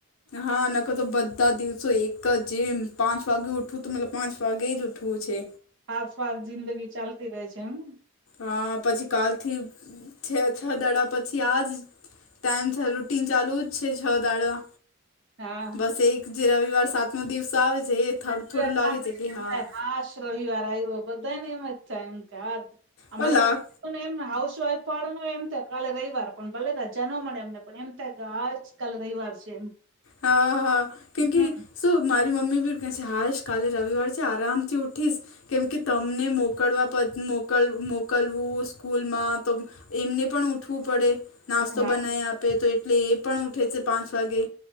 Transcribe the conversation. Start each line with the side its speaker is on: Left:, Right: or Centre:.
Left: હા નકર તો બધા દિવસો એક જેમ પાંચ વાગે ઉઠવું તો મતલબ પાંચ વાગ્યે જ ઉઠવું છે.
Right: આસપાસ જિંદગી ચાલતી રહે છે એમ
Left: અ પછી કાલથી છે છ દડા પછી આ જ ટાઈમ છ રૂટીન ચાલુ જ છે છ દાડા
Right: હા
Left: બસ એક જે રવિવાર સાતમો દિવસ આવે છે એ થોડું
Right: બધુ
Left: થોડું
Right: એમ
Left: લાગે
Right: કામ
Left: છે
Right: <unintelligible>
Left: કે હા
Right: હાશ રવિવાર આવ્યો બધાને એમ છે એમ ક અમારે
Left: પણ લાગ
Right: પણ એમ હાઉસ વાઈફ વાળો ને એમ થાય કાલે રવિવાર પણ ભલે રજા ન મળે એમને પણ એમ થાય કે હાજ કાલે રવિવાર છે એમ
Left: હા હા કેમકી
Right: હમ્મ.
Left: શું મારી મમ્મી બી ક છે હાશ કાલે રવિવાર છે આરામથી ઉઠીશ કેમકે તમને મોકલવા પ મોક મોકલવું સ્કૂલમાં તો એમને પણ ઉઠવું પડે નાસ્તો
Right: હા
Left: બનાવી આપે તો એટલે એ પણ ઉઠે છે પાંચ વાગે